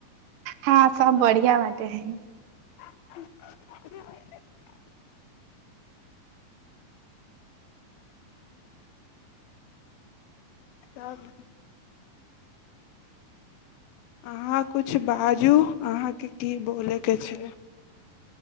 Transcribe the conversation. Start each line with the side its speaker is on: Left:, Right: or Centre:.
Right: हँ सब बढ़िआ बाते है
Left: <unintelligible> तब अहाँ किछु बाजू अहाँके की बोलयके छै